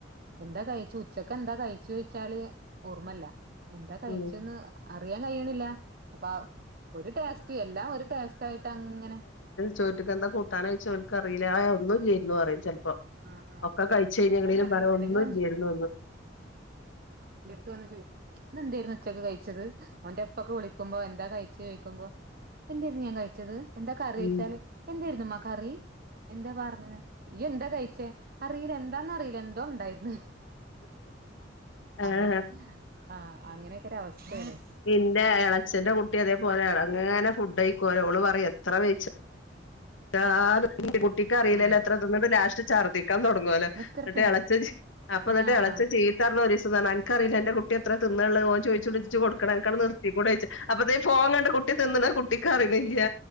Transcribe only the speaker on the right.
എന്താ കഴിച്ചു ഉച്ചകെന്താ കഴിച്ചോയ്ച്ചാല് ഓർമ്മല്ല എന്താ കഴിച്ചന്ന്
അറിയാൻ കഴിയണില്ല അപ്പ ഒരു ടേസ്റ്റ് എല്ലാം ഒരു ടേസ്റ്റ് ആയിട്ട് അങ്ങനെ
ആഹ് ആഹ്
എന്താന്ന് അറിയില്ല
അല്ലെങ്കിൽ എന്റെട്ത്ത് വന്ന് ചോയി ന്നെന്തായ്രുന്നു ഉച്ചക്ക് കഴിച്ചത് ഓന്റെ ഇപ്പൊക്കെ വിളിക്കുമ്പോ എന്താ കഴ്ച്ചു ചോയ്ക്കുമ്പോ എന്തേയിരുന്നു ഞാൻ കഴിച്ചത് എന്താ കറി
ഓഴ്ച്ചാല് എന്തേയിരുന്നുമ്മ കറി എന്താ പാർന്നിന്നെ ഇയ്യെന്താ കഴിച്ചേ അറീല എന്താന്നറീല്ല എന്തോ ഉണ്ടായിര്ന്ന്
അങ്ങനെ ആ അങ്ങനെയൊക്കെ ഒരു അവസ്ഥയാണ്
ആഹ്
എത്ര തിന്ന്
ആഹ്